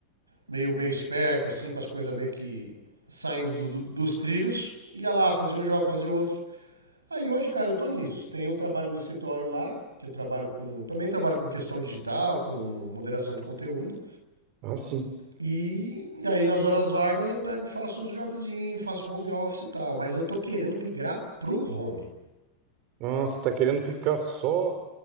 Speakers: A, on the right; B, on the right.
A: meio, meio esperto, assim, com as coisas meio que saindo do- do- dos trilhos, ia lá, fazia um job, fazia outro. Aí hoje, cara, eu tô nisso. Tem um trabalho no escritório lá, que eu trabalho com. Também trabalho com questão digital, com moderação de conteúdo.
B: ah, sim.
A: E, e aí nas horas vagas eu pego e faço uns jobzinhos, faço home office e tal. Mas eu tô querendo migrar pro home.
B: Nossa, tá querendo ficar só,